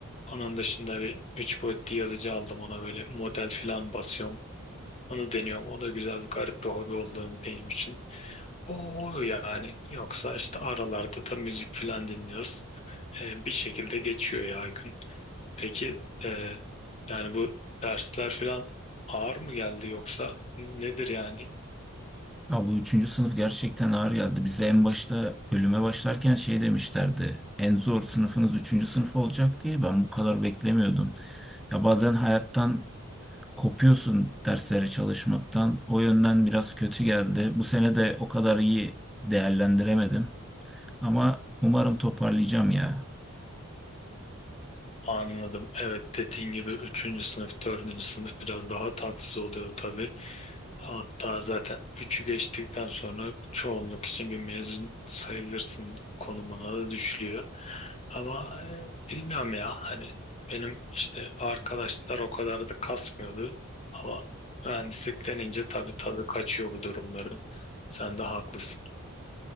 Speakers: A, on the left; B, in the centre.
A: Onun dışında bir 3 boyutlu yazıcı aldım ona böyle model filan basıyorum. Onu deniyorum. O da güzel, garip bir hobi olduğunu benim için. O, o yani. Yoksa işte aralarda da müzik filan dinliyoruz. Ee, bir şekilde geçiyor ya gün. Peki e, yani bu dersler falan ağır mı geldi yoksa nedir yani?
B: Ya bu üçüncü sınıf gerçekten ağır geldi. Bize en başta bölüme başlarken şey demişlerdi. En zor sınıfınız üçüncü sınıf olacak diye ben bu kadar beklemiyordum. Ya bazen hayattan kopuyorsun derslere çalışmaktan. O yönden biraz kötü geldi. Bu sene de o kadar iyi değerlendiremedim. Ama umarım toparlayacağım ya.
A: Anladım. Evet dediğin gibi üçüncü sınıf, dördüncü sınıf biraz daha tatsız oluyor tabii. Hatta zaten üçü geçtikten sonra çoğunluk için bir mezun sayılırsın konumuna da düşülüyor. Ama e, bilmiyorum ya hani benim işte arkadaşlar o kadar da kasmıyordu. Ama mühendislik denince tabii tadı kaçıyor bu durumları. Sen de haklısın.